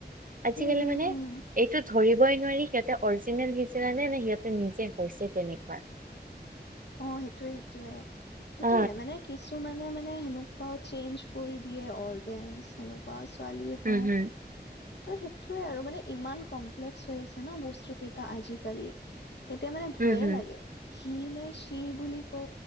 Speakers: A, on the right; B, on the left.
A: আজিকালি
B: হম হম
A: মানে
B: হম
A: এইটো ধৰিবই নোৱাৰি সিহঁতে অৰিজিনেল হিজিৰা নে নে সিহঁতে নিজে হৈছে তেনেকুৱা
B: অ সেইটোয়ে সেইটোয়ে সেইটোয়ে
A: অ
B: মানে কিছু মানে মানে সেনক বা চেঞ্জ কৰি দিয়ে অৰ্গেন সেনেকুৱা ছোৱালী হয়
A: উম হম
B: ত' সেইটোয়ে আৰু মানে ইমান কমপ্লেক্স হৈ আছে ন বস্তু কেইটা আজিকালি এতিয়া মানে ভয়ে
A: উম হম
B: লাগে সি নে চিৰ বুলি কও